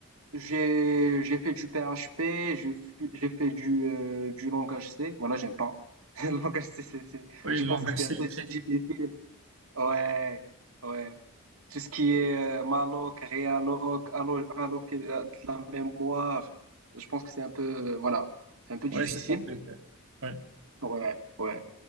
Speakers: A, on the right; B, on the right.
A: j'ai, j'ai fait du PHP, j'ai fu- j'ai fait du, euh, du langage C. Voilà, j'aime pas. <laughs> Le langage C, c'est, c'est-
B: Oui,
A: je
B: le
A: pense
B: langage,
A: que c'est
B: c'est
A: un peu
B: très difficile.
A: GPT. Ouais, ouais. Tout ce qui est euh, malloc, realloc, allo- alloc, euh, de la mémoire, je pense que c'est un peu, euh, voilà, c'est un peu difficile.
B: Oui, c'est compliqué. Ouais.
A: Ouais, ouais.